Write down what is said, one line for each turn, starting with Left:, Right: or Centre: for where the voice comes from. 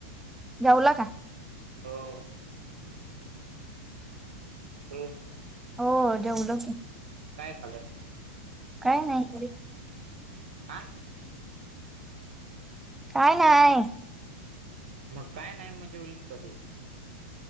Centre: जेवला का.
Right: हो, हो. हो.
Centre: हो जेवलो.
Right: काय खाल्ल.
Centre: काय नाही.
Right: <inaudible>
Centre: काय नाय.
Right: मग काय नाही मग जेवलीस कशी.